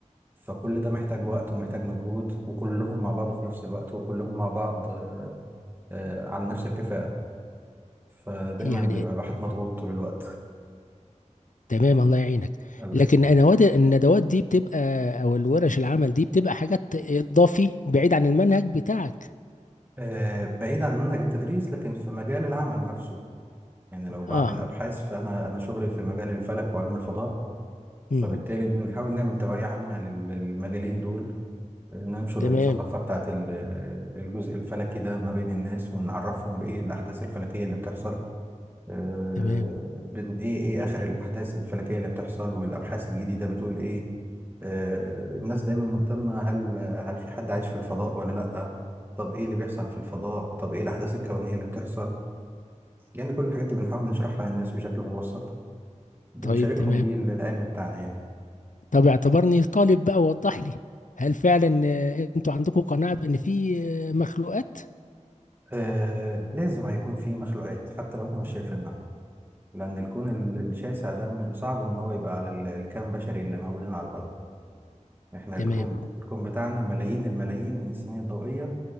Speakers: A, on the right; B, on the left.
A: فكل ده محتاج وقت ومحتاج مجهود وكلهم مع بعض في نفس الوقت وكلهم مع بعض آه، آه، على نفس الكفاءة فدايما
B: يعني
A: بيبقى الواحد مضغوط طول الوقت
B: تمام الله يعينك
A: الله
B: لكن
A: يخليك
B: انا الندوات دي بتبقى او الورش العمل دي بتبقى حاجات اضافي بعيد عن المنهج بتاعك
A: آه، بعيد عن منهج التدريس لكن في مجال العمل نفسه يعني لو بعمل
B: اه
A: أبحاث فأنا أنا شغلي في مجال الفلك وعلوم الفضاء فبالتالي
B: امم
A: بنحاول نعمل توعية عامة لل- للمجالين دول ننشر
B: تمام
A: الثقافة بتاعت ال- الجزء الفلكي ده ما بين الناس ونعرفهم بإيه الأحداث الفلكية اللي بتحصل آه،
B: تمام
A: بن- إيه إيه آخر الأحداث الفلكية اللي بتحصل والأبحاث الجديدة بتقول إيه آه، الناس دايما مهتمة هل هل في حد عايش في الفضاء ولا لأ طب إيه اللي بيحصل في الفضاء طب إيه الأحداث الكونية اللي بتحصل يعني كل الحاجات دي بنحاول نشرحها للناس بشكل مبسط بنشاركهم
B: طيب تمام
A: بيه العلم بتاعنا يعني
B: طب اعتبرني طالب بقى ووضح لي هل فعلا آه، انتوا عندكم قناعة بان في آه، مخلوقات
A: آه لازم هيكون في مخلوقات حتى لو احنا مش شايفينها لان الكون ال- الشاسع ده م- صعب ان هو يبقى على ال- الكم بشري اللي موجودين على الارض احنا الكون
B: تمام
A: الكون بتاعنا ملايين الملايين من السنين الضوئية